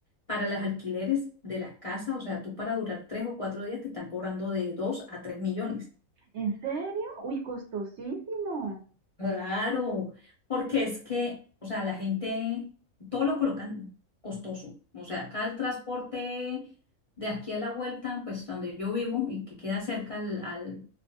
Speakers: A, on the left; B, on the right.
A: para los alquileres de las casas, o sea, tú para durar tres o cuatro días te están cobrando de dos a tres millones.
B: ¿En serio? Uy, costosísimo.
A: Claro, porque es que, o sea, la gente, todo lo colocan costoso. O sea, acá el transporte de aquí a la vuelta, pues donde yo vivo y que queda cerca al, al,